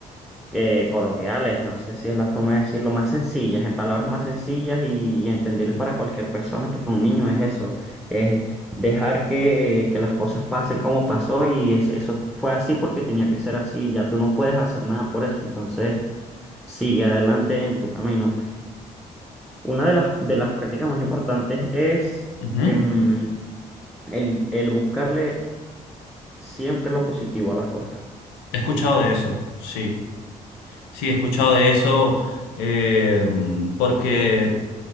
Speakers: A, in the centre; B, on the left.
A: que coloquiales, no sé si es la forma de decirlo, más sencillas, en palabras más sencillas y, y entendibles para cualquier persona, hasta para un niño es eso, es dejar que, que las cosas pasen como pasó y es- eso fue así porque tenía que ser así, ya tú no puedes hacer nada por eso, entonces sigue adelante en tu camino. Una de las, de las prácticas más importantes es
B: Ujú.
A: em, el, el buscarle siempre lo positivo a las cosas.
B: He escuchado de eso, sí. Sí, he escuchado de eso eh, porque,